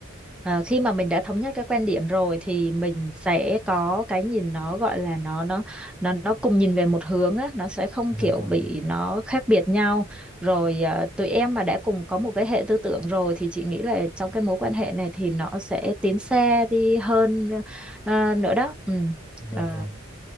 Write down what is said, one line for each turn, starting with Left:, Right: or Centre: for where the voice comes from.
Centre: ờ, khi mà mình đã thống nhất cái quan điểm rồi thì mình sẽ có cái nhìn nó gọi là nó nó nó nó cùng nhìn về một hướng á nó sẽ không
Left: dạ
Centre: kiểu
Left: vâng
Centre: bị nó khác biệt nhau rồi ờ, tụi em mà đã cùng có một cái hệ tư tưởng rồi thì chị nghĩ là trong cái mối quan hệ này thì nó sẽ tiến xa đi hơn ờ, nữa đó ừ.
Left: dạ
Centre: Ờ,
Left: vâng